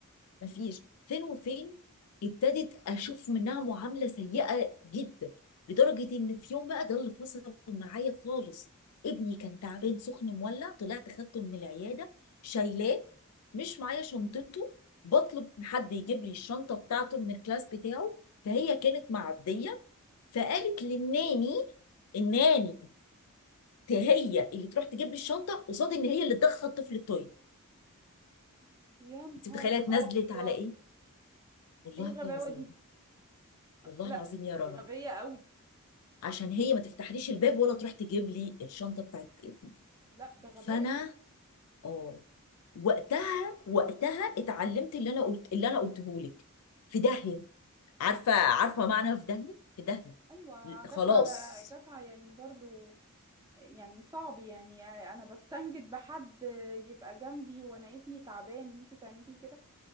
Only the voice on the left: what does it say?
مفيش فين وفين ابتدت اشوف منها معامله سيئه جدا لدرجه ان في يوم بقى ده اللي فصل معايا خالص ابني كان تعبان سخن مولع طلعت خدته من العياده شايلاه مش معايا شنطته بطلب من حد يجيب لي الشنطه بتاعته من الكلاس بتاعه فهي كانت معديه فقالت للناني الناني هي اللي تروح تجيب لي الشنطه قصاد ان هي اللي تدخل الطفل التويليت
انت متخيله اتنزلت
على ايه والله
العظيم
والله
العظيم يا رنا
عشان هي ما تفتحليش الباب ولا تروح تجيب لي الشنطه بتاعت ابني
فانا اه وقتها وقتها اتعلمت اللي انا قلت اللي انا قلته لك في داهيه عارفه عارفه معنى في داهيه في داهيه
ل-
خلاص